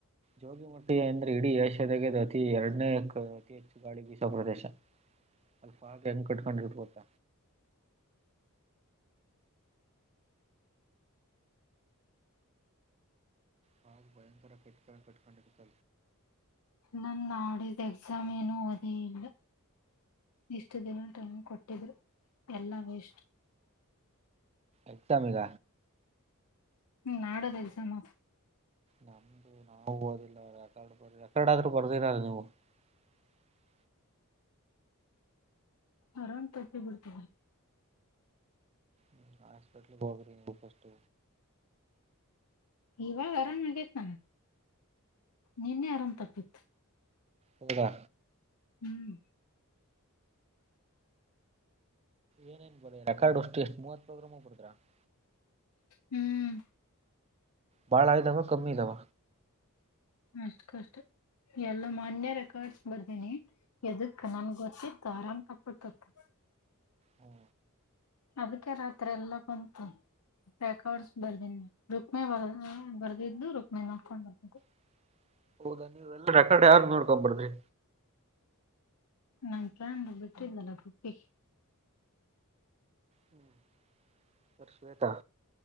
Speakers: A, on the right; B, on the left.
A: ಜೋಗಿಮಟ್ಟಿ ಅಂದ್ರೆ ಇಡೀ ಏಷ್ಯ ತೆಗೆದು ಅತಿ ಎರಡನೇ ಅತಿ ಹೆಚ್ಚು ಗಾಡಿ ಬೀಸ ಪ್ರದೇಶ ಅಲ್ಪ ಕೆ ಹೆಂಗ ಕಟ್ಕೊಂಡಿರ್ತ ಗತ್ತ ಪಾಲ್ ಭಯಂಕರ ಕಿಟ್ಕ ಕಟ್ಕೊಂಡ ಇಡ್ತ
B: ನನ್ ಆಾಡಿದ ಎಕ್ಸಾಮ್ ಏನುೂ ದಿ ಇಲ್ಲ ಇಷ್ಟು ದಿನ ಟ್ರೈಮ್ ಕೊಟ್ಟಿದ್ರೆ ಎಲ್ಲ ವೇಸ್ಟ್
A: ಎಕ್ಸಾಮಗ
B: ಹ್ಮ್ ನಾಡೋದ ಎಕ್ಸಾಮ
A: ನಮ್ದು ನಾವು ಓದಿಲ್ಲ ರೆಕಾರ್ಡ್ ಬ ರೆಕಾರ್ಡ್ ಆದ್ರೂ ಬರ್ದಿರಲ್ಲ ನೀವು <unintelligible>
B: ಆರಾಮ್ ತಪ್ಪಿ ಬಿಡ್ತ
A: ಹ್ಮ ಹಾಸ್ಪಿಟಲ್ಮ <inaudible> ಫಸ್ಟ್
B: ಇವಾಗ ಆರಾಮ್ ಆಗೇತ್ ನನಗ್ ನಿನ್ನೆ ಆರಾಮ್ ತಪ್ಪಿತ್ತು
A: ಹೌದಾ
B: ಹ್ಮ್
A: ಏನೇನ್ ಬಡ ರೆಕಾರ್ಡ್ ಅಷ್ಟು ಎಷ್ಟ್ ಮೂವತ್ ರ್ರ ಹೋಗ್ಬಡುದ್ರ <inaudible> <inaudible>
B: ಹ್ಮ್
A: ಭಾಳ ಇದ್ದಾವ ಕಮ್ಮಿ ಇದ್ದಾವ
B: ಅಷ್ಟ ಕಷ್ಟ ಎಲ್ಲ ಮಾನ್ಯ ರೆಕಾರ್ಡ್ಸ್ ಬರ್ದೀನಿ ಎದಕ್ ನನ್ ಗೊತ್ತಿತ್ತು ಆರಾಮ್ ಕಬಡ್ತತ್ತು
A: ಹ್ಮ
B: ಅದ್ಕ್ ರಾತ್ರಿ ಎಲ್ಲಾ ಬಂತು ರೆಕಾರ್ಡ್ಸ್ ಬರ್ದೀನಿ ರುಕ್ಮಿ ಬರ್ದಿದ್ಲು ರುಕ್ಮಿ ನೋಡ್ಕೊಂಡ್ ಬರ್ತಿ
A: <unintelligible> ರೆಕಾರ್ಡ್ ಯಾರು ನೋಡ್ಕೊಬಡ್ದ್ರಿ
B: ನನ್ ಫ್ರೆಂಡ್ ಬಿಟ್ಟಿದ್ದಲ್ಲ ಬಿಟ್ಟಿ
A: ಹ್ಮ್ ತರ್ಶೇತಾ